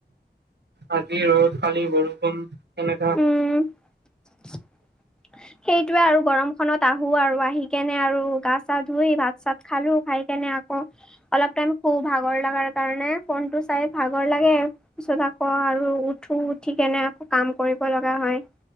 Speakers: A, on the right; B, in the centre.
A: আজি ৰ কালি বৰষুণ কেনেকা
B: উম। সেইটোৱে আৰু গৰমখনত আহোঁ আৰু আহি কেনে আৰু গা চা ধুই, ভাত -চাত খালোঁ, খাই কেনে আকৌ অলপ টাইম শু ভাগৰ লগাৰ কাৰণে ফোনটো চাই ভাগৰ লাগে। তাৰ পিছত আকৌ আৰু উঠো, উঠি কেনে আকৌ কাম কৰিব লগা হয়,